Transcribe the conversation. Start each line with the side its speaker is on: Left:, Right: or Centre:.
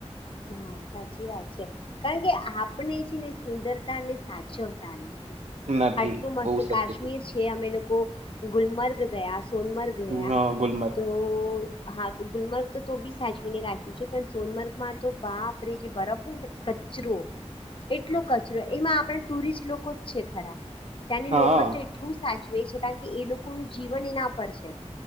Left: હા સાચી વાત છે કારણ કે આપણે છે ને સુંદરતા ને સાચવતા નથી.
Right: નથી
Left: આટલું મસ્ત
Right: બહુ સત્ય
Left: કાશ્મીર
Right: કીધું
Left: છે કે અમે લોકો ગુલમર્ગ ગયા સોનમર્ગ ગયા
Right: હા ગુલમર્ગ
Left: તો તો હા તો ગુલમર્ગ તો બી સાચવીને રાખ્યું છે પણ સોનમર્ગમાં તો બાપ રે જે બરફ હોય ને તે કચરો એટલો કચરો એમાં આપણે ટુરિસ્ટ લોકો જ છે ખરા. ત્યાંની
Right: હા
Left: લોકલ તો એટલું સાચવે છે કારણ કે એ લોકોનું જીવન એના પર છે.